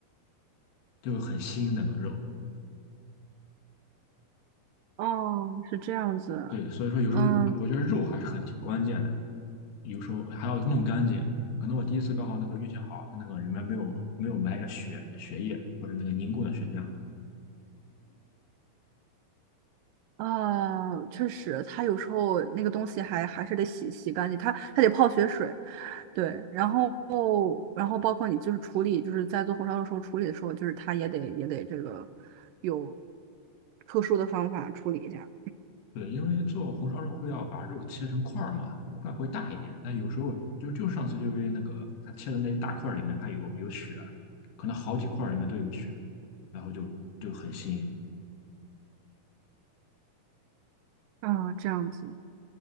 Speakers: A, on the left (about 80°); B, on the right (about 80°).
A: 就很腥那个肉。
B: 哦，是这样子，
A: 对，所以说有时候我觉得肉还是很挺关键的，
B: 嗯，
A: 有时候还要弄干净。可能我第一次刚好那个运气好，它那个里面没有没有埋着血血液或者那个凝固的血浆。
B: 啊，确实，它有时候那个东西还还是得洗洗干净，它它得泡血水，对，然后然后包括你就是处理，就是在做红烧肉的时候处理的时候，就是它也得也得这个有特殊的方法处理一下。
A: 对，因为做红烧肉会要把肉切成块儿嘛，块会大一点。但有时候就就上次就因为那个它切的那一大块儿里面它有有血，可能好几块儿里面都有血，然后就就很腥。
B: 啊，这样子，